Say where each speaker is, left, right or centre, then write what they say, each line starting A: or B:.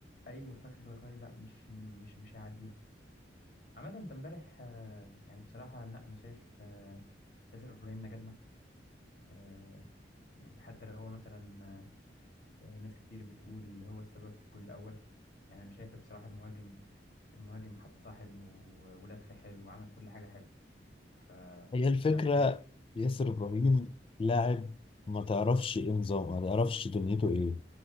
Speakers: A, on the left; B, on the left.
A: أيوة فخري لقاي لا مش مش مش هيعديها عامة أنت امبارح آه، يعني بصراحة لا أنا شايف آه، ياسر إبراهيم نجدنا آه، يعني حتى لو هو مثلا آه، ناس كتير بتقول هو السبب في الجون الأول يعني أنا شايف بصراحة المهاجم المهاجم حطها حلو و- ولف حلو وعمل كل حاجة حلو ف...
B: هي الفكره
A: فلا شايف
B: ياسر ابراهيم لاعب ما تعرفش ايه نظامه ما تعرفش دنيته ايه